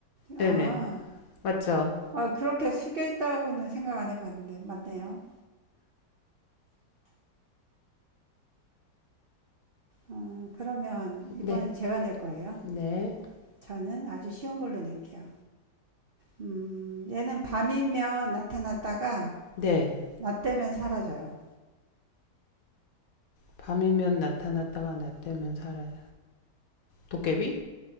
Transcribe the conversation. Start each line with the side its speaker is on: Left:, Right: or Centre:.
Right: 아,
Left: 네네, 맞죠?
Right: 아, 그렇게 숙여 있다고는 생각 안 해봤는데. 맞네요. 음, 그러면 이번엔
Left: 네,
Right: 제가 낼 거예요.
Left: 네,
Right: 저는 아주 쉬운 걸로 낼게요. 음, 얘는 밤이면 나타났다가
Left: 네.
Right: 나 때문에 사라져요.
Left: 밤이면 나타났다가 낮되면 사라져. 도깨비?